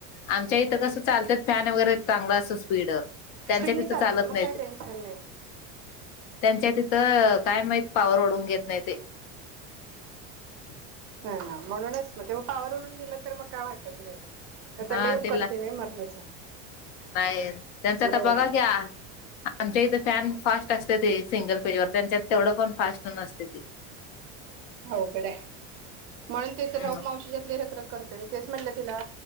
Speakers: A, on the left (about 60°); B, on the right (about 40°).
A: आमच्या इथं कसं चालत्यात फॅन वगैरे चांगल असं स्पीड त्यांच्या
B: स्पीडनी
A: तिथं
B: चालतंय
A: चालत
B: मग
A: नाहीत
B: काय टेन्शन नाइ.
A: त्यांच्या तिथं काय माहित पावर वढून घेत नाही ते. <unintelligible>
B: ह म्हणूनच मग ते पावर उडून दिलं तर मग काय वाटत नाही. ते तर
A: हा
B: लइ उकडतंय
A: तिला
B: बाइ मरणाच.
A: नाही त्यांच आता बघा
B: अजून
A: की, आमच्या इथं फॅन फास्ट असतेत ते सिंगल पेजवर त्यांच्या तेवढ पण फास्ट नसत्याती
B: अवघड आहे म्हणून ते तर
A: हम्
B: सगळ मावशीच्यातले रख रख करत ना तेच म्हटल तिला